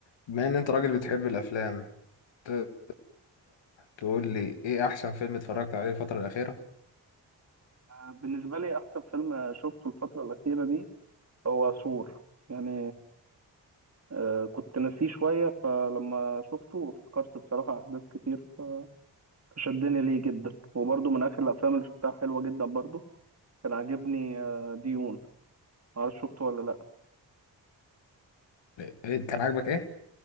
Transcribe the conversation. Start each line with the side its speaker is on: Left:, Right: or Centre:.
Left: بما ان انت راجل بتحب الافلام تقدر تقول لي ايه احسن فيلم اتفرجت عليه الفترة الأخيرة
Right: بالنسبة لي أحسن فيلم شفته الفترة الأخيرة دي هو سور يعني آه، كنت ناسيه شوية فلما شفته افتكرت بصراحة أحداث كتير ف- فشدني ليه جدا وبرضه من آخر الأفلام اللي شفتها حلوة جدا برضه كان عاجبني آه، ديون معرفش شفته ولا لأ
Left: إيه كان عاجبك ايه